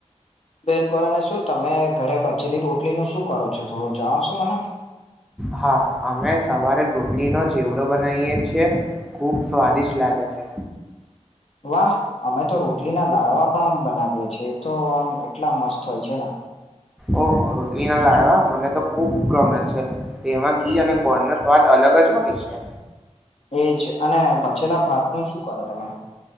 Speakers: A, on the left; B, in the centre.
A: બિલકુલ અને શું તમે ઘરે બચેલી રોટલી નું શું કરો છો થોડું જણાવશો મને
B: હા અમે સવારે રોટલી નો ચેવડો બનાવીયએ છીએ ખુબ સ્વાદિષ્ટ લાગે છે
A: વાહ અમે તો રોટલીના લાડવા પણ આમ બનાવીએ છ છેએ તો આમ એટલા મસ્ત હોય છે ને
B: ઓહો રોટલી ના લાડવા મને તો ખુબ ગમે છે તેમાં ઘી અને ગોળ નો સ્વાદ અલગ જ હોય છે
A: એજ અને ભચેલા ભાત નું શું કરો તમે